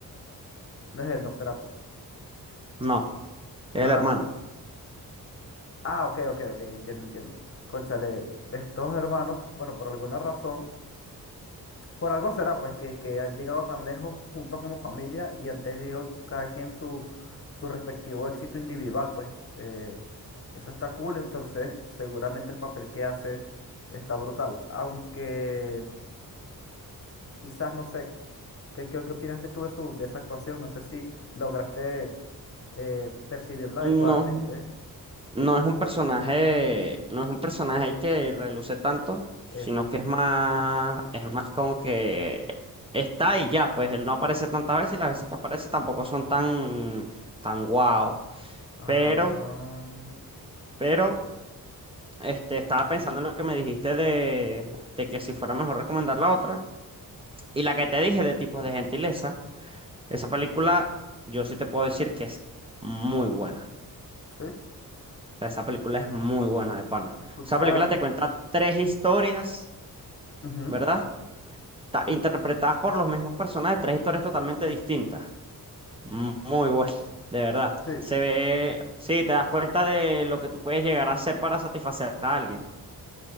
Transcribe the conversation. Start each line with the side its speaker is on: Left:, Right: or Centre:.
Left: no es él, Nosferatu.
Right: No, es
Left: Ah,
Right: el hermano.
Left: ah, ok, ok, ok, entiendo, entiendo. Cónchale, estos hermanos, bueno, por alguna razón. Por algo será, pues, que, que han llegado tan lejos juntos como familia y han tenido cada quien su, su respectivo éxito individual, pues. Eh, eso está cool, entonces seguramente el papel que hace está brutal. Aunque quizás, no sé, ¿qué, qué, qué opinaste tú de, su, de esa actuación? No sé si lograste eh, percibirla
Right: No,
Left: adecuadamente.
Right: no es un personaje, no es un personaje que reluce tanto, sino
Left: Eso.
Right: que es más, es más como que está y ya, pues él no aparece tantas veces y las veces que aparece tampoco son tan, tan guau.
Left: Ah,
Right: Pero, pero, este, estaba pensando en lo que me dijiste de, de que si fuera mejor recomendar la otra. Y la que te dije de tipos de gentileza. Esa película, yo sí te puedo decir que es muy buena.
Left: sí,
Right: O sea, esa película es muy buena de pana.
Left: escuchar.
Right: Esa película te cuenta tres historias,
Left: Ujú,
Right: ¿verdad? Ta- interpretadas por los mismos personajes, tres historias totalmente distintas. M- Muy buena, <laughs> de verdad.
Left: sí,
Right: Se ve, sí, te das cuenta de lo que tú puedes llegar a hacer para satisfacer a alguien.